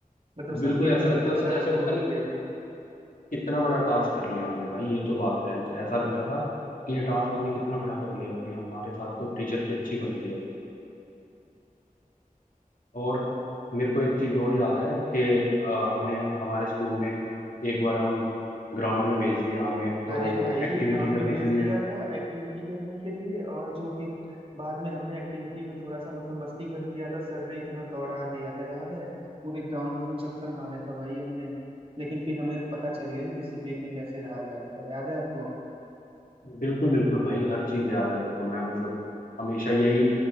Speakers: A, on the right; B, on the left.
A: मतलब सबके
B: बिल्कुल ऐसा
A: बीच
B: लगता
A: में जब
B: था
A: सर
B: जैसे
A: हमको
B: पता
A: बोलते
B: नहीं
A: थे
B: कितना बड़ा टास्क कर लिया हमने भाई ये तो बात है ज- ऐसा लगता था कि ये टास्क हमने कितना बड़ा कर लिया भाई हमारे साथ तो टीचर की अच्छी बनती है और मेरे को एक चीज और याद है कि अ, हमें हमारे स्कूल में एक बार हम ग्राउंड में भेज दिया हमें तो
A: अरे भाई
B: एक्टिविटी
A: ग्राउंड
B: करने
A: में भेज
B: के लिए
A: दिया था एक्टिविटी करने के लिए और जो फिर बाद में हमने एक्टिविटी में थोड़ा सा मतलब मस्ती कर दिया था सर ने इतना दौड़ा दिया था याद है पूरे ग्राउंड में जो चक्कर मारा था भाई हमने लेकिन फिर हमें पता चल गया कि डिसिप्लिन में कैसे रहा जाता है याद है आपको
B: बिल्कुल बिल्कुल भाई हर चीज याद है मेरे को मैं मतलब हमेशा यही